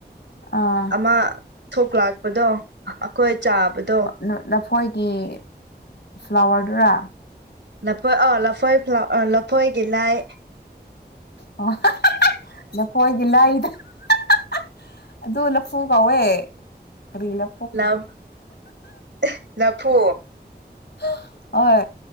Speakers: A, on the left (about 75°); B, on the right (about 85°).
A: ꯑꯥ
B: ꯑꯃ ꯊꯣꯛꯂꯥꯛꯄꯗꯣ ꯑꯩꯈꯣꯏ ꯆꯥꯕꯗꯣ
A: ꯅ ꯂꯐꯣꯏꯒꯤ ꯐ꯭ꯂꯥꯋꯔꯗꯨꯔꯥ
B: ꯂꯐꯣꯏ ꯑꯣ ꯂꯐꯣꯏ ꯐ꯭ꯂ ꯑꯥ ꯂꯐꯣꯏꯒꯤ ꯂꯥꯏ
A: ꯑꯣ <unintelligible> ꯂꯐꯣꯏꯒꯤ ꯂꯥꯏꯗꯨ <unintelligible> ꯑꯗꯨ ꯂꯐꯨ ꯀꯧꯋꯦ ꯀꯔꯤꯅꯣ
B: ꯂꯞ ꯑꯍꯦ ꯂꯐꯨ
A: <unintelligible> ꯍꯣꯏ